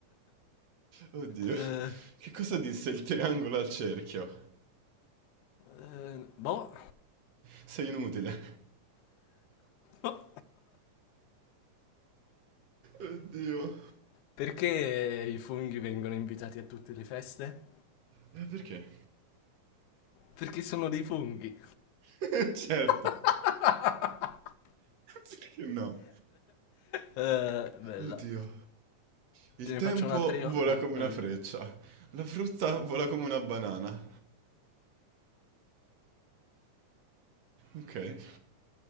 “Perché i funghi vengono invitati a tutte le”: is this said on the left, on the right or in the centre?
Left